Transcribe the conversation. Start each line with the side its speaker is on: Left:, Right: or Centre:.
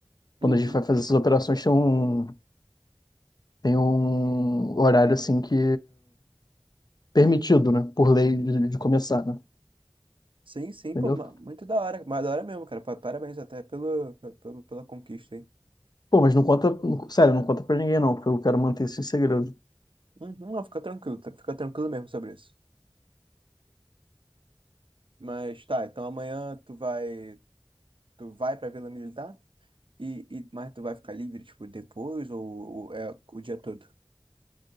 Left: Quando
Right: Uhum.
Left: a gente vai fazer essas operações, tem um, tem um horário, assim, que permitido, né? Por lei de, de começar, né?
Right: Sim, sim,
Left: Entendeu?
Right: pô, ma- muito da hora, mais da hora mesmo, cara. Pa- Parabéns até pelo, pelo, pela conquista, hein?
Left: Pô, mas não conta, não- sério, não conta pra ninguém, não, porque eu quero manter isso em segredo.
Right: Uhum, não, fica tranquilo, tra- fica tranquilo mesmo sobre isso. Mas tá, então amanhã tu vai, tu vai pra Vila Militar? E, e, mas tu vai ficar livre, tipo, depois ou, ou é o dia todo?